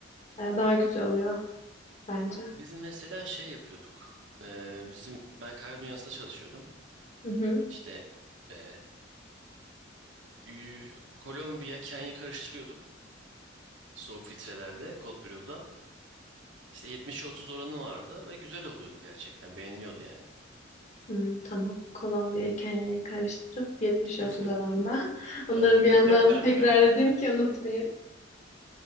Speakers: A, on the left; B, on the right.
A: e, daha güzel oluyor bence.
B: Biz mesela şey yapıyorduk. E, bizim ben kahve dünyasında çalışıyordum.
A: Hı hı.
B: İşte e, y- Kolombiya, Kenya karıştırıyorduk soğuk filtrelerde, Cold Brew'da. İşte 70'e 30 oranı vardı ve güzel oluyordu gerçekten. Beğeniliyordu yani.
A: Hı, tamam. Kolombiya'yı Kenya'yı karıştırıp 70-30
B: <laughs>
A: oranda. <laughs>
B: Aynen.
A: Onları bir yandan
B: <laughs>
A: tekrar edeyim ki unutmayayım.